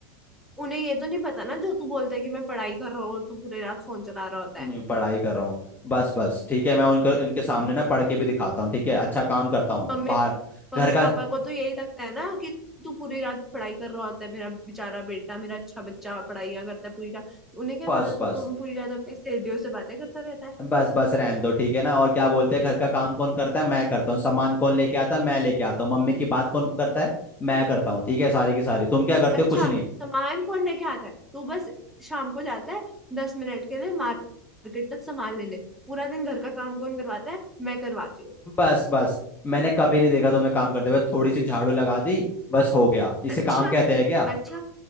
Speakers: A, in the centre; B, on the left.
A: उन्हें ये तो नहीं पता ना जो तू बोलता है कि मैं पढ़ाई कर रहा हूँ और तू पूरी रात फोन चला रहा होता
B: मैं
A: है
B: पढ़ाई कर रहा हूँ बस बस ठीक है मैं उनका उनके सामने
A: हम्म,
B: ना पढ़ के भी दिखाता हूँ ठीक है अच्छा काम करता हूँ
A: मम्मी
B: बाहर
A: मम्मी
B: घर का
A: पापा को तो यही लगता है ना कि तू पूरी रात पढ़ाई कर रहा होता है मेरा बेचारा बेटा मेरा अच्छा बच्चा पढ़ाइयाँ करता है पूरी रात उन्हें क्या
B: बस
A: पता
B: बस
A: तू तो पूरी रात अपनी सहेलियों से बातें करता रहता है
B: बस बस रहने दो ठीक है ना और क्या बोलते हैं घर का काम कौन करता है मैं करता हूँ सामान कौन लेके आता है मैं लेके आता हूँ मम्मी की बात कौन करता है मैं करता हूँ ठीक है सारी की सारी तुम क्या करते
A: अच्छा
B: हो कुछ नहीं
A: सामान कौन लेके आता है तू बस शाम को जाता है दस मिनट के लिए मार्केट तक सामान लेने पूरा दिन घर का काम कौन करवाता है मैं करवाती हूँ
B: बस बस मैंने कभी नहीं देखा तुम्हें काम करते हुए थोड़ी सी झाड़ू लगा दी बस हो गया इसे
A: अच्छा
B: काम कहते हैं क्या
A: अच्छा